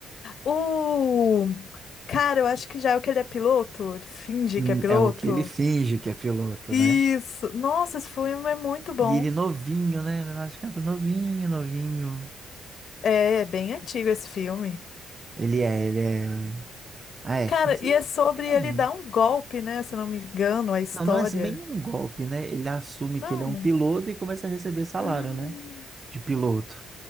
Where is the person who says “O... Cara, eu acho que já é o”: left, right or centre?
Left